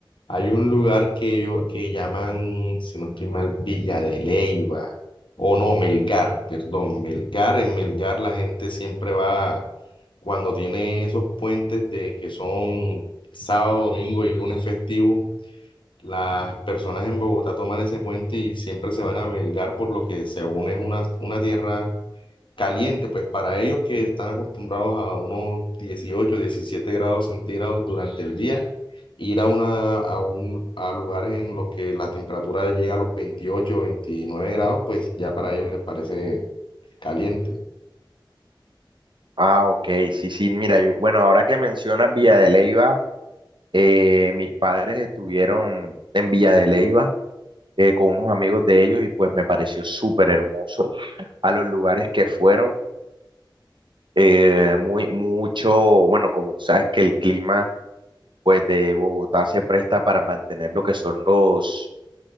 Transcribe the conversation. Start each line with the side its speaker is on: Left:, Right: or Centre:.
Left: Hay un lugar que, yo, que llaman, si no estoy mal, Villa de Leyva, o no, Melgar, perdón, Melgar. En Melgar la gente siempre va cuando tiene esos puentes de que son sábado, domingo y lunes festivo. Las personas en Bogotá toman ese puente y siempre se van a Melgar, por lo que según es una, una tierra caliente, pues para ellos que están acostumbrados a unos 18 17 grados centígrados durante el día, ir a, una, a, un, a lugares en los que la temperatura llega a los 28 29 grados, pues ya para ellos les parece caliente.
Right: Ah, ok, sí, sí, mira, yo- bueno, ahora que mencionas Villa de Leyva, Eh, mis padres estuvieron en Villa de Leyva eh, con unos amigos de ellos y pues me pareció súper hermoso a los lugares que fueron. eh, muy, mucho, bueno, como tú sabes que el clima pues de Bogotá se presta para mantener lo que son los,